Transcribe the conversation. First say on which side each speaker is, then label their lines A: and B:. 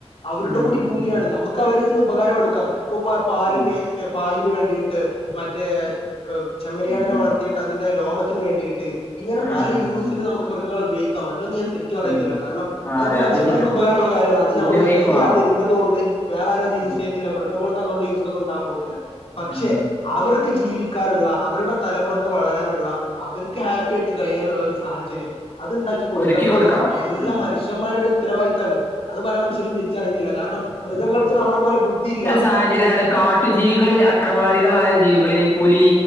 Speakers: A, on the left (about 60°); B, on the left (about 20°).
A: അവരുടെ
B: ഉം
A: കൂടി ഭൂമിയാണ്
B: ഉം
A: നമ്മൾ നമുക്ക് അവരിൽ നിന്നും ഉപകാരംമടുക്കാം ഇപ്പൊ പാലിന്
B: ഉം
A: പാലിന് വേണ്ടിയിട്ട് മറ്റേ ചെമ്മരിയാടിനെ
B: ഉം ഉം
A: വളർത്തിയിട്ട് അതിന്റെ രോമത്തിന് വേണ്ടിയിട്ട് ഇങ്ങനെ
B: ഉം
A: പല
B: ഉം
A: യൂസ്
B: ഉം.
A: മൃഗങ്ങ ഉയോഗിക്കാം അതിനൊന്നും ഞാൻ തെറ്റ് പറയുന്നില്ല
B: ഉം
A: കാരണം
B: ആ
A: അതൊക്കെ
B: അതെ
A: മനുഷ്യൻമാർക്ക്
B: അത് ശരിയാണ്
A: ഉകാരമുള്ള കാര്യമാണ് അത്
B: ഉപയോഗിക്കും
A: നമ്മൾ യൂസ് ചെയ്യാതിരുന്നത്
B: ആ
A: കൊണ്ട വേറെആരും അത്
B: ഉം
A: യൂസ് ചെയ്യുന്നില്ല മൃഗങ്ങൾ അതൊണ്ട് യൂസ് ഒന്നും ഉണ്ടാവാൻ പോകുന്നില്ല പക്ഷെ
B: ഉം ഉം
A: അവർക്ക് ജീവിക്ക ജീവിക്കാനുള്ള അവരുടെ തലമുറക്ക് വളരാനുള്ള അവർക്ക് ഹാപ്പിയായിട്ടു കഴിയാനുള്ള ഒരു സാഹചര്യം അത് ഇണ്ടാക്കി കൊടുക്കുക
B: ഒരുക്കി
A: എന്നുള്ളത്
B: കൊടുക്കണം
A: എല്ലാ
B: ഉം
A: മനുഷ്യന്മാരുടെ
B: ഉം
A: ഉത്തരവാദിത്താണ് അത് പല മനുഷ്യരും
B: ഉം
A: തിരിച്ചറിയുന്നില്ല കാരണം മൃഗങ്ങൾക്ക് നമ്മുടെ പോലെ ബുദ്ധിയില്ല
B: സാഹചര്യാണ് കാട്ടുജീവികളെ അക്രമാരികളായ ജീവികളെയും പുലി